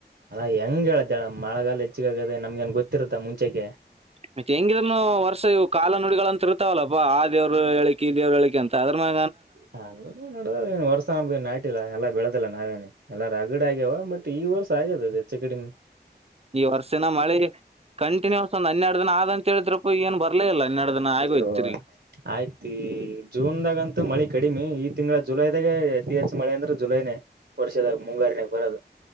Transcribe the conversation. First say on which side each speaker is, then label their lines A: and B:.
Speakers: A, on the right; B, on the right.
A: ಅಲ್ಲಾ ಹೆಂಗ್ ಹೇಳತ್ತ ಮಳೆಗಾಲ ಹೆಚ್ಚಿಗ ಆಗ್ಯದೆ ನಮ್ಗೆನ್ ಗೊತ್ತಿರುತ್ತಾ ಮುಂಚೆಕ
B: ಮತ್ತೆ ಹೆಂಗಿದ್ರನು ವರ್ಷ ಇವು ಕಾಲ ನುಡಿಗಳ ಅಂತ ಇರ್ತಾವಲ್ಲಪ್ಪಾ ಆ ದೇವ್ರ ಹೇಳಿಕೆ ಈ ದೇವ್ರ ಹೇಳಿಕಿ ಅಂತ ಅದ್ರ ಮ್ಯ
A: ಹ ನನ್ ವರ್ಸ ನಾಟ ಇಿಲ್ಲ ಎಲ್ಲ ಬೆಳದ ಲ್ಲಾ ನಾವೇನೆ ಎಲ್ಲಾರ ಅಗಡ ಆಗ್ಯವ ಮಟ್ ಈ ವರ್ಷ ಆಗ್ಯದ ಅದು ಹೆಚ್ಚು ಕಡೆ
B: ಈ ವರ್ಷಿನ ಮಳೆ ಕಂಟಿನ್ಯೂಯಸ್ ಒಂದ ಹನ್ನೆರಡು ದಿನ ಆದಂತ ಹೇಳಿದ್ರಪ್ಪ ಏನ್ ಬರ್ಲೇ ಇಲ್ಲ ಹನ್ನೆರಡು ದಿನ ಆಗೋಯ್ತು
A: ಇಲ್ಲ
B: ತಿರ್ಗಿ
A: ಆಯ್ತ ಜೂನ್ದಾಗಂತು ಮಳೆ ಕಡಿಮೆ ಈ ತಿಂಗಳ ಜುಲೈದಾಗೆ ಅತಿ ಹೆಚ್ಚು ಮಳೆ ಅಂದ್ರೆ ಜುಲೈನೇ ವರ್ಷದಾಗ ಮುಂಗಾರನ ಬರದು